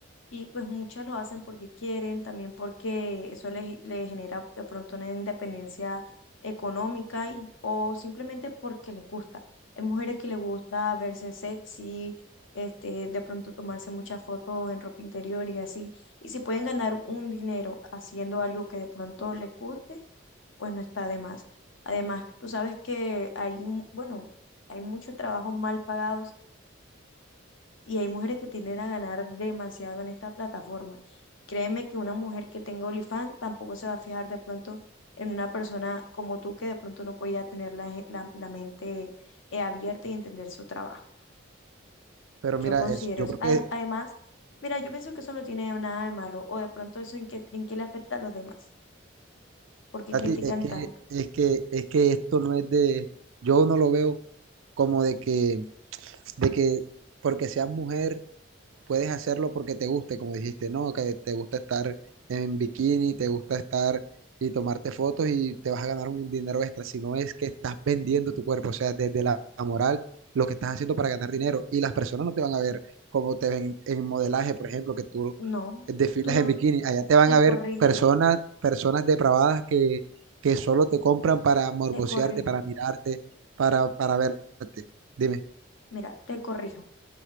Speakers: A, on the left; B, on the right.
A: Y pues muchas lo hacen porque quieren, también porque eso les, les genera de pronto una independencia económica y, o simplemente porque les gusta. Hay mujeres que les gusta verse sexy, este, de pronto tomarse muchas fotos en ropa interior y así. Y si pueden ganar un dinero haciendo algo que de pronto les guste, pues no está de más. Además, tú sabes que hay, un- bueno, hay muchos trabajos mal pagados y hay mujeres que tienden a ganar demasiado en esta plataforma. Créeme que una mujer que tenga OnlyFans tampoco se va a fijar de pronto en una persona como tú que de pronto no podía tener la, gen- la- la mente eh, abierta y entender su trabajo.
B: Pero
A: Yo
B: mira,
A: considero
B: es, yo
A: eso.
B: creo
A: Ade-
B: que,
A: Además, mira, yo pienso que eso no tiene nada de malo o de pronto eso en qué, en qué le afecta a los demás. ¿Por qué
B: Katy,
A: critican
B: es que,
A: tanto?
B: es que, es que esto no es de, yo no lo veo como de que, de que porque seas mujer. puedes hacerlo porque te guste, como dijiste, ¿no? Que te gusta estar en bikini, te gusta estar y tomarte fotos y te vas a ganar un dinero extra, si no es que estás vendiendo tu cuerpo, o sea, desde la la moral, lo que estás haciendo para ganar dinero y las personas no te van a ver como te ven en modelaje, por ejemplo, que tú
A: No,
B: desfilas
A: tú no,
B: en bikini, allá te van
A: te
B: a ver
A: corrijo,
B: personas, personas depravadas que, que solo te compran para morbosearte,
A: te corrijo.
B: para mirarte, para, para verte. Dime,
A: Mira, te corrijo.